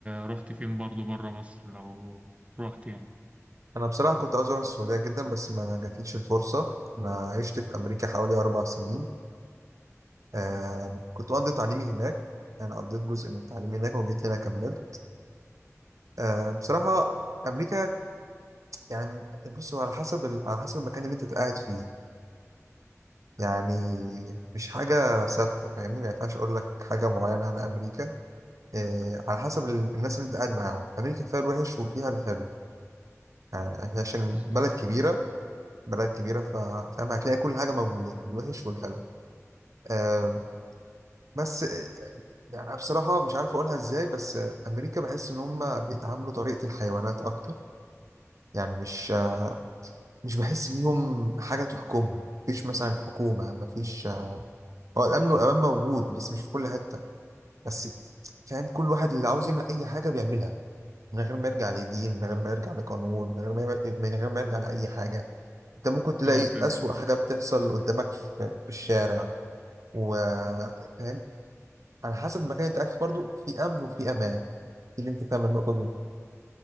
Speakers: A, on the right; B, on the right.
A: رحت فين برضه برا مصر لو رحت يعني
B: انا بصراحه كنت عاوز اروح السعوديه جدا بس ما جاتليش الفرصه انا عشت في امريكا حوالي اربع سنين آه كنت مقضي تعليمي هناك انا قضيت جزء من تعليمي هناك وجيت هنا كملت آه بصراحه امريكا يعني بص هو على حسب ال- على حسب المكان اللي انت قاعد فيه يعني مش حاجة ثابتة فاهمني ما ينفعش أقول لك حاجة معينة على أمريكا إيه على حسب ال- الناس اللي أنت قاعد معاهم أمريكا فيها الوحش وفيها الحلو يعني عشان
A: بالظبط
B: بلد كبيرة بلد كبيرة ف- فاهم هتلاقي كل حاجة موجودة الوحش والحلو آه بس آه، يعني أنا بصراحة مش عارف أقولها إزاي بس آه، أمريكا بحس إن هم بيتعاملوا طريقة الحيوانات أكتر يعني مش آه، مش بحس ليهم حاجة تحكمهم مفيش مثلا حكومة مفيش آه، هو الأمن والأمان موجود بس مش في كل حتة بس فاهم كل واحد اللي عاوز يعمل اي حاجه بيعملها من غير ما يرجع لدين من غير ما يرجع لقانون من غير ما يعمل- من غير ما يرجع لاي حاجه انت ممكن تلاقي
A: اه فهمت
B: اسوأ حاجه بتحصل قدامك في, في الشارع وفاهم على حسب المكان اللي انت قاعد فيه برضه في امن وفي امان تيجي انت فاهم النقطه دي